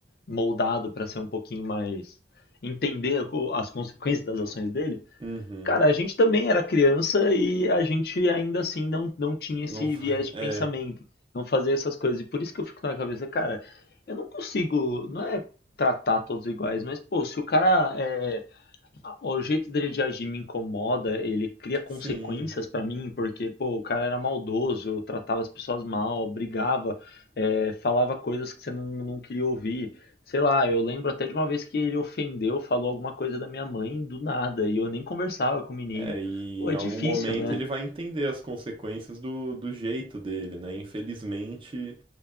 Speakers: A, on the left; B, on the right.
A: moldado pra ser um pouquinho mais. entender co- as consequências das ações dele.
B: Uhum.
A: Cara, a gente também era criança e a gente ainda assim não, não tinha
B: Não,
A: esse
B: fa-
A: viés de
B: é,
A: pensamento, não fazia essas coisas. E por isso que eu fico na cabeça, cara, eu não consigo, não é tratar todos iguais, mas pô, se o cara é, o jeito dele de agir me incomoda, ele cria consequências
B: sim.
A: pra mim, porque, pô, o cara era maldoso, tratava as pessoas mal, brigava, eh, falava coisas que você não, não queria ouvir. Sei lá, eu lembro até de uma vez que ele ofendeu, falou alguma coisa da minha mãe do nada, e eu nem conversava com o menino.
B: É, e
A: Pô,
B: em
A: é
B: algum
A: difícil,
B: momento
A: né?
B: ele vai entender as consequências do, do jeito dele, né? Infelizmente,